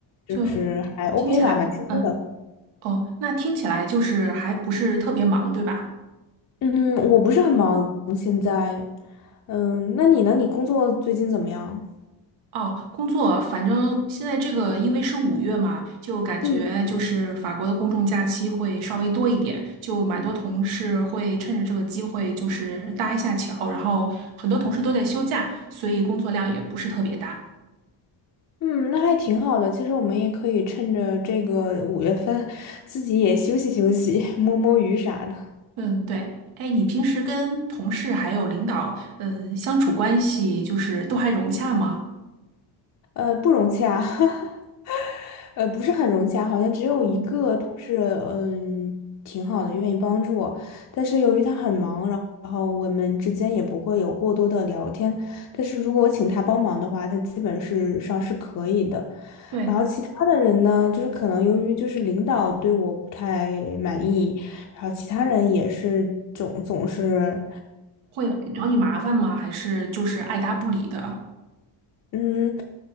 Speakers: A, on the left (about 40°); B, on the right (about 75°).
A: 就是还
B: 就听起来，
A: OK 吧，蛮轻松的。
B: 嗯，哦，那听起来就是还不是特别忙，对吧？
A: 嗯，我不是很忙，现在。嗯，那你呢？你工作最近怎么样？
B: 哦，工作，反正现在这个因为是五月嘛，就感觉就是法国的公众假期会稍微多一点，
A: 嗯，
B: 就蛮多同事会趁着这个机会就是搭一下桥，然后很多同事都在休假，所以工作量也不是特别大。
A: 嗯，那还挺好的。其实我们也可以趁着这个五月份，自己也休息休息，摸摸鱼啥的。
B: 嗯，对。哎，你平时跟同事还有领导，嗯，相处关系就是都还融洽吗？
A: 呃，不容易啊。<laughs> 呃，不是很融洽，好像只有一个同事，
B: 嗯，
A: 嗯，挺好的，愿意帮助我。但是由于他很忙，然然后我们之间也不会有过多的聊天。但是如果我请他帮忙的话，他基本是上是可以的。
B: 对，
A: 然后其他的人呢，就是可能由于就是领导对我不太满意，然后其他人也是总总是。
B: 会找你麻烦吗？还是就是爱答不理的？
A: 嗯。